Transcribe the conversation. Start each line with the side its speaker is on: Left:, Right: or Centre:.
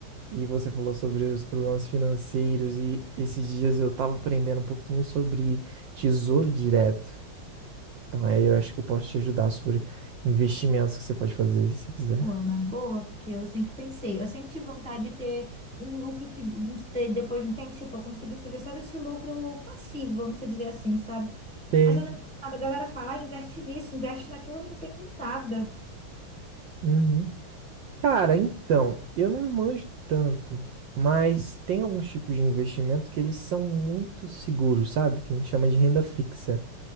Right: e você falou sobre os problemas financeiros e esses dias eu estava aprendendo um pouquinho sobre tesouro direto. Então aí eu acho que eu posso te ajudar sobre investimentos que você pode fazer se você quiser.
Centre: Ou é uma boa, porque eu sempre pensei, eu sempre tive vontade de ter um lucro que de um- ter- depois de um tempo, tipo, eu conseguisse viver só desse lucro passivo, vamos dizer assim, sabe?
Right: Sei.
Centre: Mas eu não entendo nada. A galera fala, ah, investe nisso, investe naquilo, eu não entendo nada.
Right: Uhum. Cara, então, eu não manjo tanto, mas tem alguns tipos de investimento que eles são muito seguros, sabe? Que a gente chama de renda fixa,